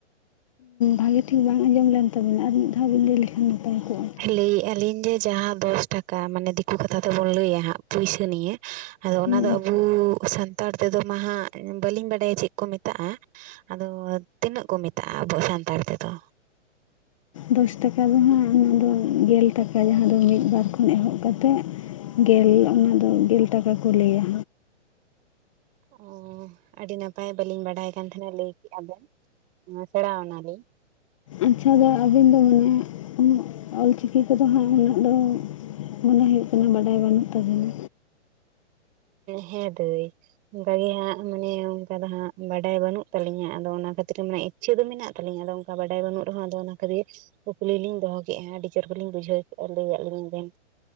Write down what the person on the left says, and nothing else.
ᱵᱷᱟᱹᱜᱤ ᱴᱷᱤᱠ ᱵᱟᱝ ᱟᱸᱡᱚᱢ ᱞᱮᱱ ᱛᱟᱹᱵᱤᱱᱟ ᱟᱨ ᱢᱤᱫ ᱫᱷᱟᱣ ᱵᱤᱱ ᱞᱟᱹᱭ ᱞᱮᱠᱷᱟᱱ ᱱᱟᱯᱟᱭ ᱠᱚᱜ-ᱟ
ᱦᱮᱸ
ᱟᱪᱪᱷᱟ
ᱫᱚᱥ ᱴᱟᱠᱟ ᱫᱚ ᱱᱟᱦᱜ ᱚᱱᱟ ᱫᱚ ᱜᱮᱞ ᱴᱟᱠᱟ ᱡᱟᱦᱟᱸ ᱫᱚ ᱢᱤᱫ ᱵᱟᱨ ᱠᱷᱚᱱ ᱮᱦᱚᱵ ᱠᱟᱛᱮ ᱜᱮᱞ ᱚᱱᱟᱫᱚ ᱜᱮᱞ ᱴᱟᱠᱟ ᱠᱚ ᱞᱟᱹᱭᱟ
ᱟᱪᱷᱟ ᱫᱚ ᱟᱹᱵᱤᱱ ᱫᱚ ᱢᱟᱱᱮ ᱚᱞ ᱪᱤᱠᱤ ᱠᱚᱫᱚ ᱦᱟᱸᱜ ᱩᱱᱟᱹᱜ ᱫᱚ ᱢᱚᱱᱮ ᱦᱩᱭᱩᱜ ᱠᱟᱱᱟ ᱵᱟᱰᱟᱭ ᱵᱟᱹᱱᱩᱜ ᱛᱟᱵᱤᱱᱟ